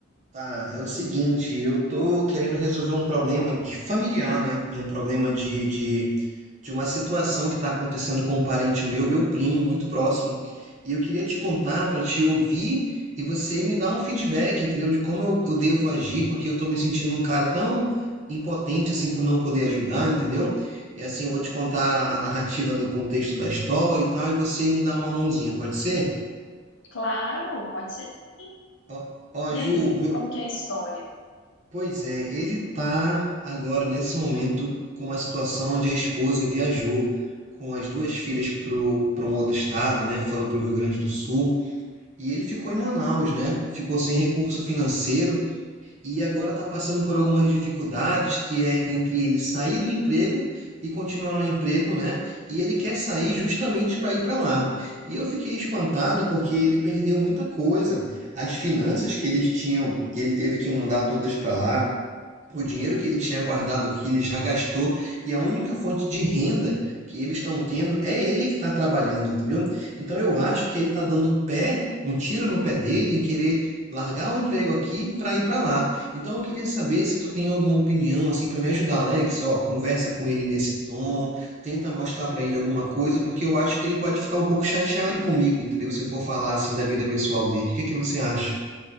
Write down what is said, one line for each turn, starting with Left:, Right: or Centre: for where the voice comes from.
Right: Tá, é o seguinte, eu tô querendo resolver um problema de familiar, né? É um problema de, de, de uma situação que tá acontecendo com um parente meu, meu primo, muito próximo. E eu queria te contar para te ouvir e você me dar um feedback, entendeu? De como eu, eu devo agir, porque eu tô me sentindo um cara tão impotente assim por não poder ajudar, entendeu? E assim eu vou te contar a narrativa do contexto da história e tal, e você me dá uma mãozinha, pode ser?
Left: Claro, pode ser sim.
Right: Ó, ó,
Left: E
Right: Ju,
Left: aí,
Right: o meu,
Left: como que é a história?
Right: Pois é, ele tá agora nesse momento com uma situação onde a esposa viajou com as duas filhas pro, para um outro estado, né? Foram para o Rio Grande do Sul e ele ficou em Manaus, né? Ficou sem recurso financeiro e agora está passando por algumas dificuldades que é entre ele sair do emprego e continuar no emprego, né? E ele quer sair justamente para ir para lá. E eu fiquei espantado porque ele perdeu muita coisa, as finanças que eles tinham, ele teve que mandar todas para lá o dinheiro que ele tinha guardado, que ele já gastou, e a única fonte de renda que eles estão tendo é ele que está trabalhando, entendeu? Então eu acho que ele está dando um pé, um tiro no pé dele em querer largar um emprego aqui para ir para lá. Então eu queria saber se tu tem alguma opinião assim para me ajudar, Alex, ó, conversa com ele nesse tom, tenta mostrar para ele alguma coisa, porque eu acho que ele pode ficar um pouco chateado comigo, entendeu? Se eu for falar assim da vida pessoal dele. O que que você acha?